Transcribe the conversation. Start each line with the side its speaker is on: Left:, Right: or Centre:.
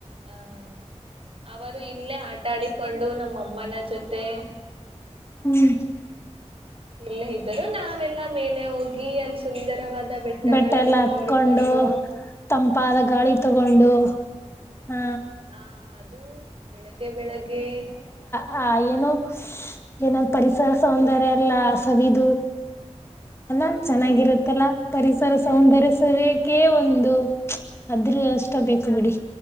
Right: ಹ ಅವರು ಇಲ್ಲೇ ಆಟ ಆಡಿಕೊಂಡು ನಮ್ಮಮ್ಮನ ಜೊತೆ
Left: ಹ್ಮ್
Right: ಇಲ್ಲೆ ಇದ್ದರೂ ನಾವೆಲ್ಲಾ ಮೇಲೆ ಹೋಗಿ ಅಲ್ಲಿ ಸುಂದರವಾದ ಬೆಟ್ಟಗಳನ್ನು
Left: ಬೆಟ್ಟ ಎಲ್ಲ ಹತ್ಕೊಂಡು
Right: ನೋಡಿಕೊಂಡು
Left: ತಂಪಾದ ಗಾಳಿ ತಗೊಂಡು ಹಾ
Right: ಹಾ ಅದು ಬೆಳಿಗ್ಗೆ ಬೆಳಿಗ್ಗೆ
Left: ಹ ಏನೋ ಏನಾದ್ ಪರಿಸರ ಸೌಂದರ್ಯ ಎಲ್ಲ ಸವಿದು ಅಲ್ಲಾ
Right: ಹೌದೌದು
Left: ಚೆನ್ನಾಗಿರುತ್ತಲ್ಲಾ ಪರಿಸರ ಸೌಂದರ್ಯ
Right: ಹ
Left: ಸವಿ ಕೇ ಒಂದು ಅದ್ರಷ್ಟ ಬೇಕು ಬಿಡಿ